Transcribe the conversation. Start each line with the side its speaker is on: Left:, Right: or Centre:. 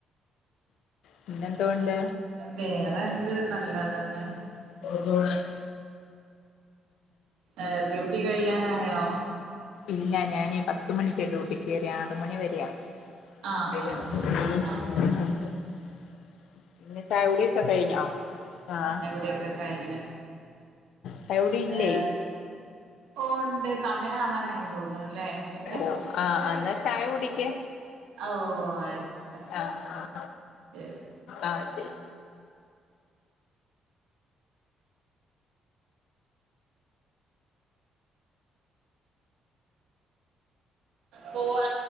Left: പിന്നെന്തോണ്ട്
Right: വേറെ എന്ത് നല്ലതന്നെ
Left: <unintelligible>
Right: ഏഹ് ഡ്യൂട്ടി കഴിയാനായോ
Left: ഇല്ല ഞാനേ പത്ത് മണിക്കാ ഡ്യൂട്ടിക്ക് കേറിയേ ആറ്മണി വരെയാ <unintelligible>
Right: ആഹ് ആഹ് അത് ശരി ആഹ്
Left: പിന്നെ ചായകുടിയൊക്കെ കഴിഞ്ഞോ ആഹ്
Right: ടിയൊക്കെ കയിഞ്ഞു
Left: ചായകുടി ഇല്ലേ
Right: ഏഹ് ഓഹ് ഒണ്ട് സമയാവാനായി തോന്നൂല്ലേ പിന്നെ
Left: ഓ ആഹ് എന്നാ ചായ കുടിക്ക്
Right: ഓഹ് ആയിക്കോട്ടെ
Left: ആഹ് ആഹ്
Right: ശരി
Left: ആഹ് ശരി
Right: പോവാ